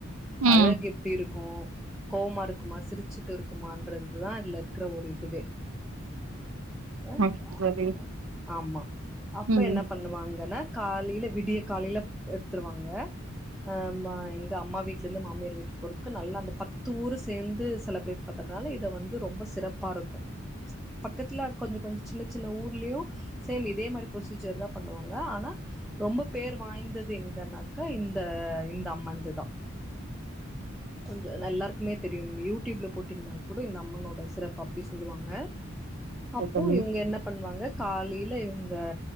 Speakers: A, on the right; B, in the centre.
A: ம்
B: அழகு எப்டிருக்கு கோவமா இருக்குமா சிரிச் ச்சுட்டு இருக்குமன்றதுதா இதுல இருக்கிற ஒரு இதுவே அ
A: ஓகே தோழி
B: அது ஆமா அப்ப
A: ம்
B: என்ன பண்ணுவாங்கன்னா காலைல விடிய காலைல எடுத்துருவாங்க அமா எங்க அம்மா வீட்லருந்து மாமியார் வீட்டுக்கு போறதுக்கு நல்லா அந்த பத்து ஊரு சேந்து செலப்ரேட் பண்றதுனால இத வந்து ரொம்ப சிறப்பா இருக்கு பக்கத்துல அது கொஞ்சோ கொஞ்சோ சின்ன சின்ன ஊர்லயு சேம் இதே மாரி ப்ரொஸ்யுஜர் தா பண்ணுவாங்க ஆனா ரொம்பப் பேர் வாய்ந்தது எங்கனாக்கா இந்த இந்த அம்மந்துதா கொஞ்சோ ன் எல்லாருக்குமேத் தெரியு நீங் யூட் டியூப்ல போட்டீங்னாக் கூட இந்த அம்மனோட சிறப்ப அப்டே சொல்லுவாங்க
A: ஓகே
B: அப்போ
A: தோழி
B: இவுங்க என்னப் பண்வாங்கக் காலைல இவுங்க